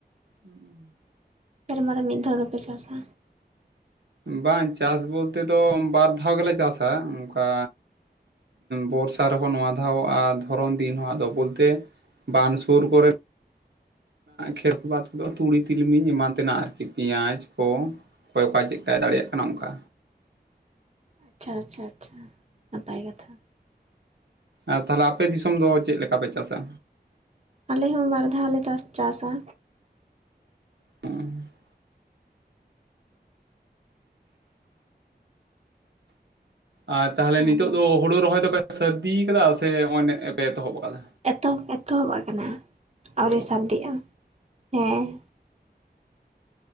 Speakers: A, on the right (about 80°); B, on the right (about 40°).
A: ᱦᱩᱸ᱾
B: ᱥᱮᱨᱢᱟ ᱨᱮ ᱢᱤᱫ ᱫᱷᱟᱣ ᱜᱮᱯᱮ ᱪᱟᱥᱟ?
A: ᱵᱟᱝ ᱪᱟᱥ ᱵᱚᱞᱛᱮ ᱫᱚ ᱵᱟᱨ ᱫᱷᱟᱣ ᱜᱮᱞᱮ ᱪᱟᱥᱟ ᱚᱱᱠᱟ ᱵᱚᱨᱥᱟ ᱨᱮᱦᱚᱸ ᱱᱚᱣᱟ ᱫᱷᱟᱣᱼᱟ ᱫᱷᱚᱨᱚᱱ ᱫᱤᱱ ᱦᱚᱸ ᱟᱫᱚ ᱵᱚᱞᱛᱮ ᱵᱟᱸᱫ ᱥᱩᱨ ᱠᱚᱨᱮ ᱠᱷᱮᱛ ᱵᱟᱫᱽ ᱠᱚᱫᱚ ᱛᱩᱲᱤ ᱛᱤᱞᱢᱤᱧ ᱮᱢᱟᱱ ᱛᱮᱱᱟᱜ ᱟᱨᱠᱤ ᱯᱮᱸᱭᱟᱡᱽ ᱠᱚ᱾ ᱚᱠᱚᱭ ᱚᱠᱟ ᱪᱮᱫᱠᱟᱭ ᱫᱟᱲᱮᱭᱟᱜ ᱠᱟᱱᱟ ᱚᱱᱠᱟ᱾
B: ᱪᱷᱟ ᱪᱷᱟ ᱟᱪᱪᱷᱟ ᱱᱟᱯᱟᱭ ᱠᱟᱛᱷᱟ᱾
A: ᱟᱨ ᱛᱟᱦᱚᱞᱮ ᱟᱯᱮ ᱫᱤᱥᱚᱢ ᱫᱚ ᱪᱮᱫ ᱞᱮᱠᱟ ᱯᱮ ᱪᱟᱥᱟ?
B: ᱟᱞᱮ ᱦᱚᱸ ᱵᱟᱨᱫᱷᱟ ᱞᱮ ᱛᱟᱥ ᱪᱟᱥᱟ᱾
A: <unintelligible> ᱟᱨ ᱛᱟᱦᱚᱞᱮ ᱱᱤᱛᱚᱜ
B: ᱟᱫᱚ
A: ᱫᱚ ᱦᱳᱲᱩ ᱨᱚᱦᱚᱭ ᱫᱚᱯᱮ ᱥᱟᱨᱫᱤ ᱠᱟᱫᱟ ᱥᱮ ᱱᱚᱜᱼᱚᱭ ᱱᱮ ᱯᱮ ᱮᱛᱚᱦᱚᱵ ᱟᱠᱟᱫᱟ?
B: ᱮᱛᱚᱦᱚᱵ ᱮᱛᱚᱦᱚᱵ ᱟᱠᱟᱱᱟ
A: ᱮᱛᱚᱦᱚᱵ
B: ᱟᱹᱣᱨᱤ
A: ᱟᱠᱟᱱᱟ
B: ᱥᱟᱹᱨᱫᱤᱜᱼᱟ ᱦᱮᱸ᱾